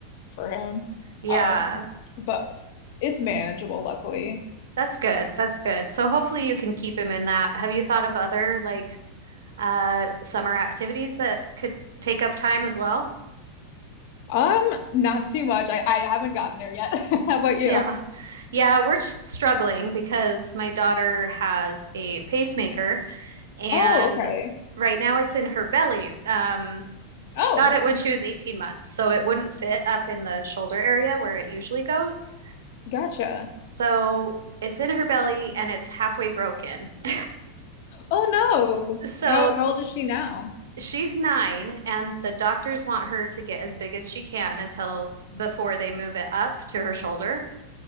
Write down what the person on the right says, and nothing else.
Yeah.
That's good. That's good. So hopefully you can keep him in that. Have you thought of other like uh summer activities that could take up time as well?
Yeah. Yeah, we're struggling because my daughter has a pacemaker and
right now it's in her belly. Um, she
got it when she was 18 months, so it wouldn't fit up in the shoulder area where it usually goes.
So it's in her belly and it's halfway broken. <laughs>
So
she's nine, and the doctors want her to get as big as she can until before they move it up to her shoulder.